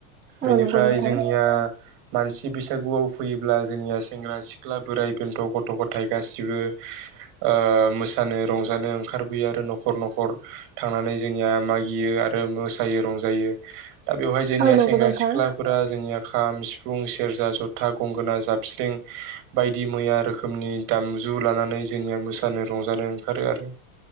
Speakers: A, on the right; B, on the right.
A: बेनिफ्राय
B: औ नंगौ नोंथां
A: जोंनिया मानसि बैसागुआव फैयोब्ला जोंनिया सेंग्रा सिख्ला बोराइ बेन्थ' गथ' गथाय गासिबो ओ मोसानो रंजानो ओंखारबोयो आरो न'खर न'खर थांनानै जोंनिया मागियो आरो मोसायो रंजायो। दा बेवहाय जोंनिया
B: औ नंगौ
A: सेंग्रा
B: नोंथां
A: सिख्ला फोरा जोंनिया खाम, सिफुं, सेरजा, जथा, गंगोना जाबस्रिं बायदि मैया रोखोमनि दामजु लानानै जोंनिया मोसानो रंजानो ओंखारो आरो।